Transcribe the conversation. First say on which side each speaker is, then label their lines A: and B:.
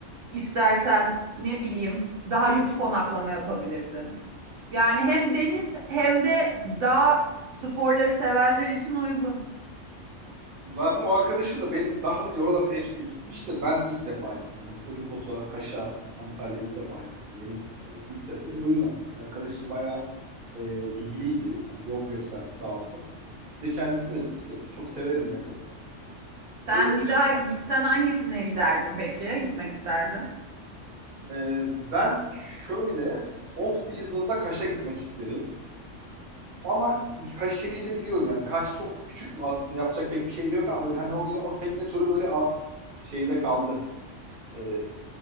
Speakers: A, on the right; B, on the right.
A: İstersen ne bileyim daha lüks konaklama yapabilirsin. Yani hem deniz hem de dağ sporları sevenler için uygun.
B: Zaten o arkadaşım da benim daha önce oraların hepsine gitmişti. Ben ilk defa gittim. Mesela Olimpos'a, Kaş'a, Antalya'ya ilk defa gittim. Benim e, ilk seferim. O yüzden arkadaşım bayağı e, bilgiliydi. Hani yol gösterdi sağ olsun. Bir de kendisini de işte çok severim yani.
A: Sen
B: Öyle olacak.
A: bir daha gitsen hangisine giderdin peki? Gitmek isterdin.
B: E, ben şöyle off season'da Kaş'a gitmek isterim. Ama bir Kaş şeyi de biliyorum yani. Kaş çok küçük aslında yapacak pek bir şey de yok ama böyle hani o yine o tekne turu böyle a- şeyde kaldı. Ee,